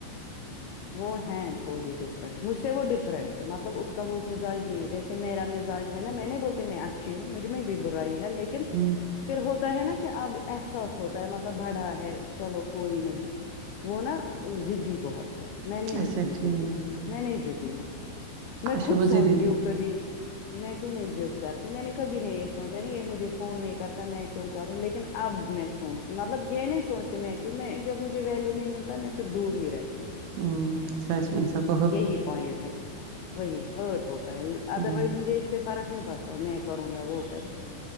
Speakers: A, on the left (about 85°); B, on the right (about 75°).
A: وہ ہیں تھوڑی ڈفرنٹ مجھ سے وہ ڈفرینٹ ہے مطلب اس کا وہ مزاج نہیں ہے جیسے میرا مزاج ہے نا میں نہیں بولتی میں اچھی ہوں مجھ میں بھی برائی ہے لیکن
B: ہ
A: پھر ہوتا ہے نا کہ اب احساس ہوتا ہے مطلب بڑا ہے چلو کوئی نہیں وہ نا ضدی بہت ہے میں نہیں
B: اچھا
A: ہوتی ہوں
B: ٹھیک
A: ضدی میں نہیں ضدی ہوں میں
B: اچھا
A: خود
B: وہ
A: سوچتی
B: ضدی رہے
A: ہوں کبھی میں کیوں نہیں ضد کرتی میں نے کبھی نے یہ سوچا نہیں یہ مجھے فون نہیں کرتا میں کیوں کروں لیکن اب میں سوچتی ہوں مطلب یہ نہیں سوچتی میں کیوں میں جب مجھے ویلیو نہیں ملتا میں پھر دور ہی رہتی ہوں
B: <unintelligible>
A: یہی پوائنٹ ہے وہی ہرٹ ہوتا ہے
B: ہوں
A: ادر وائز مجھے اس سے فرق نہیں پڑتا ہے میں کروں یا وہ کریں